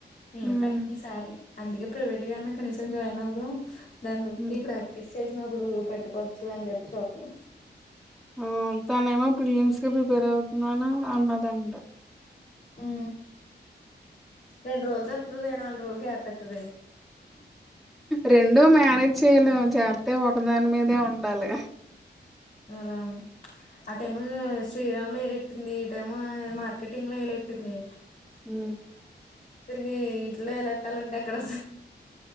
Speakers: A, on the left; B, in the centre.
A: ఏేం
B: హ్మ్.
A: పట్నిసారి అందుకే ప్రైవేట్ గన్నా కనీసం జాయిన్ అవుదాం దాన్ని బట్టి
B: హ్మ్.
A: ప్రాక్ చేసినప్పుడు పెట్టుకోవచ్చు అని చెప్పి చూద్దాం
B: ఆ తన ఏమో ఫిలిమ్స్ క ప్రిపేర్ అవుతుందని అన్నదంట
A: ఉ రెండు రోజులు వతుది నాలుగు రోజులుకి ఏపతుది
B: రెండూ మేనేజ్ చేయలే చేస్తే ఒకదాని మీదే ఉండాలి
A: లా ఆ టై శ్రీరాములు ఎట్టింది ఈ టైమ్ మార్కెటింగ్ లో వలట్టింది
B: అ
A: తిరిగి ఇంట్లో ఎలాట్టాలంటడి అక్కడ